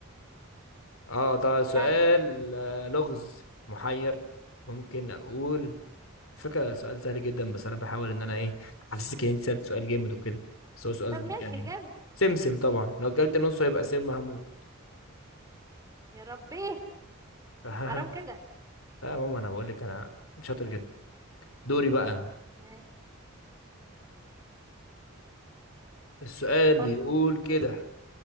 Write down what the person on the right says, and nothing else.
ها
طب ماشي
جاوب
يا ربي
حرام كده
ماشي.
اتفضل